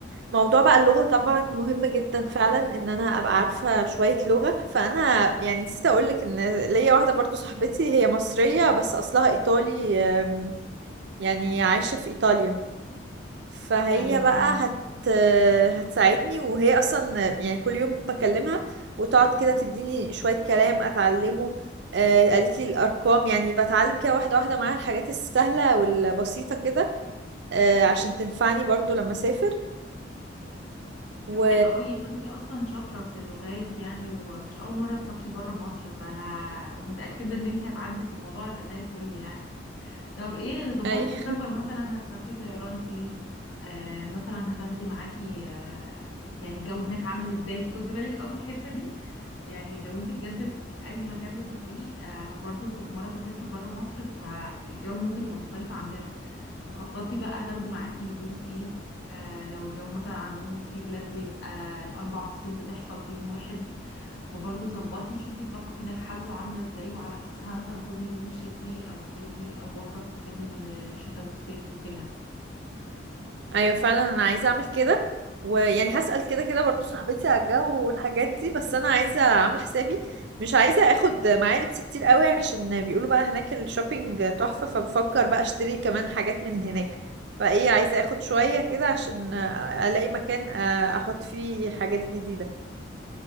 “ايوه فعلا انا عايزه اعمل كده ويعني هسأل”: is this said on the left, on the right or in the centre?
Right